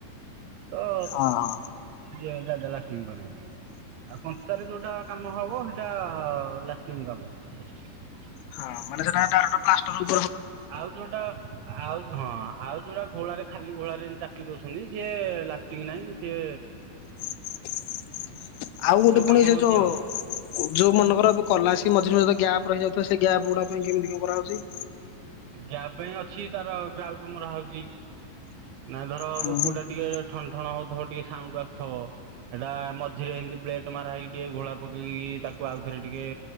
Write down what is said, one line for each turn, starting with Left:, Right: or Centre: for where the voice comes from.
Right: ତ
Left: ହଁ ହଁ
Right: ଯା ଯା ଲାଷ୍ଟିଙ୍ଗ୍ କରିବ ଟିକେ। ଆଉ କଞ୍ଚାରେ ଯୋଉଟା କାମ ହବ ହେଟା ଲାଷ୍ଟିଙ୍ଗ୍ କାମ।
Left: ହଁ ମାନେ ସେଟା ଡାଇରେକ୍ଟ ପ୍ଲାଷ୍ଟର ଉ
Right: ଆଉ ଯୋଉଟା ଆଉ ହଁ ଆଉ ଯୋଉଟା ଘୋଳାରେ ଖାଲି ଘୋଳାରେ ଚାପି ଦୋଉଛନ୍ତି ସିଏ ଲାଷ୍ଟିଙ୍ଗ୍ ନାହିଁ। ସିଏ
Left: <inaudible> ଆଉ ଗୋଟେ
Right: ସବୁ କାମ
Left: ପୁଣି ସେ
Right: ହଉଛି
Left: ଯୋଉ
Right: ଆଉ
Left: ଯୋଉ ମନେକର ଏବେ କଲ ଆସି ମଝିରେ ମଝିରେ ଗ୍ୟାପ୍ ରହିଯାଉଛି ତ ସେ ଗ୍ୟାପ୍ ଗୁଡା ପୁଣି କେମିତି କଣ କରାହୋଉଛି?
Right: ଗ୍ୟାପ୍ ପାଇଁ ଅଛି ତାର ଗାଉଟୁ ମରାହୋଉଛି। ନାଇଁ ଧର
Left: ହଁ
Right: କୋଉଟା ଟିକେ ଠନ ଠଣ ହୋଉଥିବ ଟିକେ ସାଉଣ୍ଡ ଆସୁଥିବ ସେଟା ମଝିରେ ଏମିତି ବ୍ଲେଟେ ମାରା ହେଇକି ଟିକେ ଘୋଳା ପକେଇକି ତାକୁ ତାକୁ ଆଉ ଥରେ ଟିକେ